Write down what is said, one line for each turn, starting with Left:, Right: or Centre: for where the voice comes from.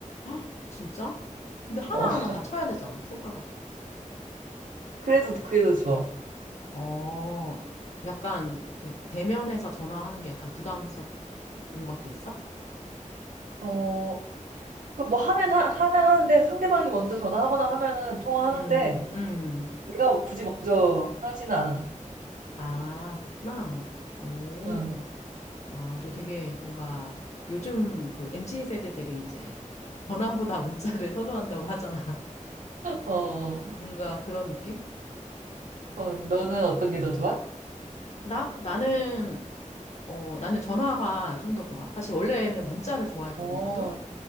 Left: 헉, 진짜? 근데 하나하나
Right: 어,
Left: 다
Right: <laughs>
Left: 쳐야 되잖아, 손가락.
Right: 그래도 그게 더 좋아.
Left: 어, 약간, 이렇게 대면에서 전화하는 게 약간 부담스러운 것도 있어?
Right: 어, 그뭐 하면 하, 하면 하는데 상대방이 먼저 전화하거나 하면은 통화하는데
Left: 음, 음.
Right: 내가 굳이 먼저 하지는 않아.
Left: 아, 그렇구나. 오.
Right: 응.
Left: 아, 너 되게 뭔가 요즘 그 n g 세대들이 이제 전화보다 문자를 <laughs> 선호한다고 하잖아.
Right: 어, 어,
Left: 뭔가 그런 느낌?
Right: 어, 너는 어떤 게 더 좋아?
Left: 나? 나는, 어, 나는 전화가 좀 더 좋아. 사실 원래는 문자를 좋아했거든,
Right: 어,
Left: 나도.